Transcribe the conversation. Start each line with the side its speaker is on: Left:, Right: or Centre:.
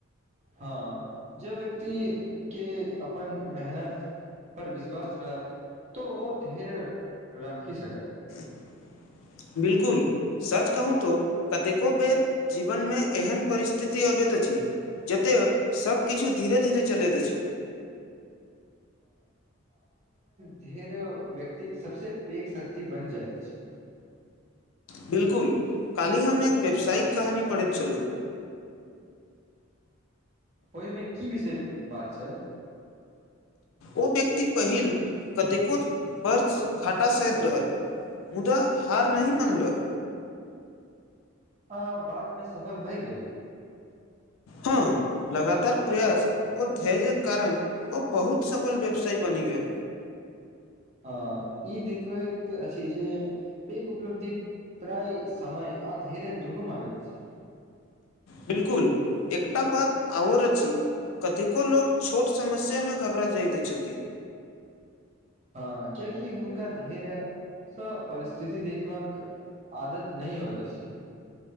Right: हँ जे व्यक्ति के अपन मेहनत पर विश्वास रहत तऽ ओ धैर्य राखि सकत
Left: <unintelligible> बिलकुल सच कहू तो कतेको बेर जीवन मे एहन परिस्थिति अबैध अछि जतय सभकिछु धीरे धीरे चलैत अछि
Right: धैर व्यक्तिक सबस पैघ शक्ति बनि जाइत अछि
Left: बिलकुल काल्हि हम एक व्यावसायिक कहानी पढ़ैत छलहुँ
Right: ओहिमे की विषय बात छल
Left: ओ व्यक्ति पहिल कतेको वर्ष घाटा सहैत रहल मुदा हार नहि मनलक
Right: आ बादमे सफल भए गेल
Left: हँ लगातार प्रयास ओ धैर्यक कारण ओ बहुत सफल व्यवसाय बने थीक
Right: हँ ई देखबैत अछि जे पैघ उपलब्धि प्राय समय आ धीरे दुनू मागैत छै
Left: बिलकुल एकटा बात आर अछि कतेको लोक छोट समस्यामे घबरा जाइत छथि
Right: हँ कियकि हुनका धैर्य त परिस्थिति देखबाक आदत नहि होय त छी